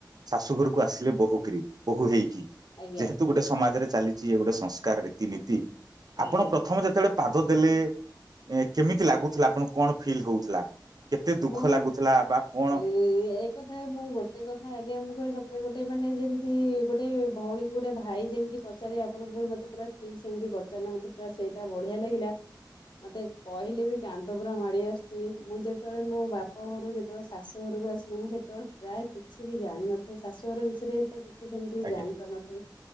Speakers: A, on the right (about 55°); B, on the left (about 85°).
A: ଶାଶୁ ଘରକୁ ଆସିଲେ ବୋହୂ କିରି ବୋହୂ ହେଇକି
B: ଆଜ୍ଞା।
A: ଯେହେତୁ ଗୋଟେ ସମାଜରେ ଚାଲିଛି ଏ ଗୋଟେ ସଂସ୍କାରର ରୀତିନୀତି
B: ଆଜ୍ଞା
A: ଆପଣ ପ୍ର ପ୍ରଥମେ ଯେତେବେଳେ ପାଦ ଦେଲେ ଏ କେମିତି ଲାଗୁଥିଲା ଆପଣଙ୍କୁ କଣ ଫିଲ୍ ହଉଥିଲା? କେତେ ଦୁଃଖ
B: ମୁଁ
A: ଲାଗୁଥିଲା ବା କଣ
B: ଏ ଏ କଥା ମୁଁ ଗୋଟେ କଥା ଆଜ୍ଞା ମୁଁ କହିବି ସତରେ ଗୋଟେ ମାନେ ଯେମିତି ଗୋଟେ ଭଉଣୀ କି ଗୋଟେ ଭାଇ ଯେମିତି ପଚାରେ ଆପଣଙ୍କୁ ବି ମତେ ପୁରା ଠିକ୍ ସେମିତି ପଚାରିଲା ମତେ ପୁରା ସେଇଟା ବଢିଆ ଲାଗିଲା। ମତେ କହିଲେ ବି କାନ୍ଦ ପୁରା ମାଡି ଆସୁଛି ମୁଁ ଯେ ଯେତେବେଳେ ମୋ ବାପ ଘରୁ ଯେତେବେଳେ ଶାଶୁ ଘରକୁ ଆସିଲେ ମୁଁ ସେତେବେଳେ ପ୍ରାୟ କିଛି ବି ଜାଣିନଥାଏ ଶାଶୁ ଘର ବିଷୟରେ ତ କିଛି ସେମିତି ବି
A: ଆଜ୍ଞା
B: ଜାଣି ପାରିନଥାଏ